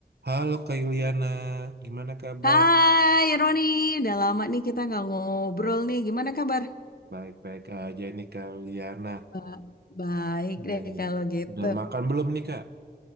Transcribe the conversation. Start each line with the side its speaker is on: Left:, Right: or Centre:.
Right: Halo Kak Yuliana, gimana kabar?
Left: Hai Roni, udah lama nih kita nggak ngobrol nih. Gimana kabar?
Right: Baik-baik aja nih Kak Yuliana.
Left: Ba- baik
Right: Nih,
Left: deh kalau gitu.
Right: udah makan belum nih Kak?